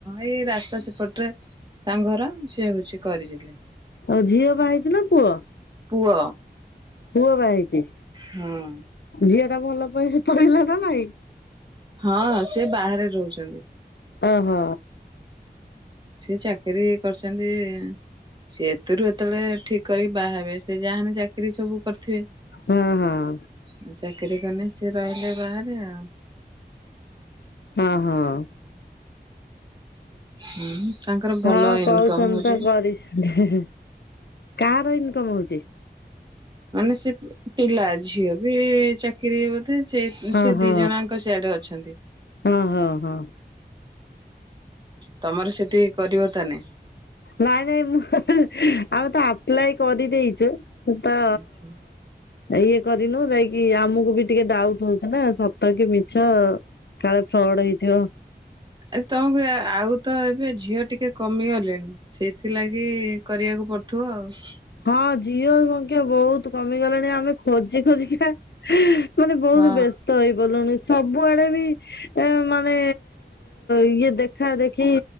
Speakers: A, on the right (about 25°); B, on the left (about 80°).
A: ଏଇ ରାସ୍ତା ସେପଟରେ ତାଙ୍କ ଘର ସେ ହଉଚି କରିଥିଲେ।
B: ଆଉ ଝିଅ ବା ହେଇଚି ନା ପୁଅ?
A: ପୁଅ।
B: ପୁଅ ବାହା ହେଇଚି
A: ହଁ।
B: ଝିଅ ଟା ଭଲ ପ ପଇଲା ନା ନାଇଁ?
A: ହଁ ସେ ବାହାରେ ରହୁଚ୍ ଚନ୍ତି।
B: ଅ ହ।
A: ସେ ଚାକିରି କରିଚନ୍ତି ସିଏ ଏଥିରୁ ଏତେବେଳେ ଠିକ କରିକି ବାହା ହେବେ ସେ ଯାହାହେଲେ ଚାକିରି ସବୁ କରିଥିବେ।
B: ହଁ ହଁ।
A: ଆଉ ଚାକିରି କଲେ ସିଏ ରହିଲେ ବାହାରେ ଆଉ।
B: ହଁ ହଁ।
A: ହୁଁ ତାଙ୍କର ଭଲ
B: ହଁ
A: ଇନକମ
B: କହୁଚନ୍ତି
A: ହଉଛି।
B: ତ କରିଚନ୍ତି କାହାର ଇନକମ ହଉଚି?
A: ମାନେ ସେ ପିଲା ଝିଅ ବି ଚାକିରି ବୋଧେ ସେ
B: ଓହୋ
A: ସେ ଦିଜଣାଙ୍କ ସିଆଡେ ଅଛନ୍ତି।
B: ହଁ ହଁ ହଁ
A: ତମର ସେଠି କରିବ ତାନେ
B: ନାଇଁ ନାଇଁ ମୁଁ ଆଉ ତ ଆପ୍ଲାଇ କରି ଦେଇଚୁ। ସେ ତ
A: ଆଛା।
B: ଅ ଇଏ କରିନୁ ଯାଇକି ଆମକୁ ବି ଟିକେ ଡାଉଟ୍ ହଉଚି ନା ସତ କି ମିଛ କାଳେ ଫ୍ରଡ ହେଇଥିବ।
A: ଆରେ ତମକୁ ଆଉ ତ ଏବେ ଝିଅ ଟିକେ କମିଗଲେଣି ସେଇଥିଲାଗି କରିବାକୁ ପଡୁଥିବ ଆଉ।
B: ହଁ ଝିଅ ସଂଖ୍ୟା ବହୁତ କମିଗଲେଣି ଆମେ ଖୋଜି ଖୋଜିିକା ମାନେ ବହୁତ
A: ହଁ
B: ବ୍ୟସ୍ତ ହେଇପଡିଲୁଣି। ସବୁଆଡେ ବି ଏ ମାନେ ଇଏ ଦେଖ୍ ଦେଖା ଦେଖି